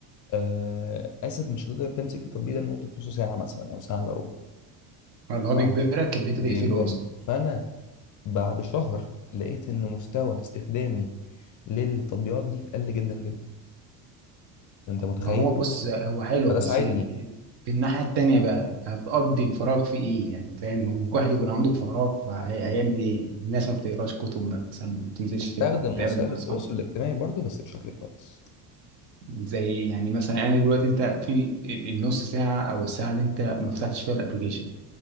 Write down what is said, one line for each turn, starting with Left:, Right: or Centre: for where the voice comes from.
Left: آه اسف مش هتقدر تمسك التطبيق ده لمده نص ساعه مثلا او ساعه الا ربع
Right: اللي هو بيجبرك
Left: آه،
Right: إن أنت
Left: بيجبرني
Right: تقفله أصلا
Left: فانا بعد شهر لقيت ان مستوى استخدامي للتطبيقات دي قل جدا جدا انت متخيل
Right: ما هو بص هو حلو
Left: فده
Right: بس
Left: ساعدني
Right: في الناحية التانية بقى هتقضي الفراغ في ايه يعني فاهم ممكن واحد يكون عنده فراغ فهيعمل ايه الناس ما بتقراش كتب مثلا ما بتنزلش
Left: استخدم
Right: تتقابل
Left: وسائل
Right: مع
Left: التواصل
Right: اصحاب
Left: الاجتماعي برضو بس بشكل كويس
Right: زي يعني مثلا انا دلوقتي انت في النص ساعة او الساعة اللي انت ما فتحتش فيها الابليكيشن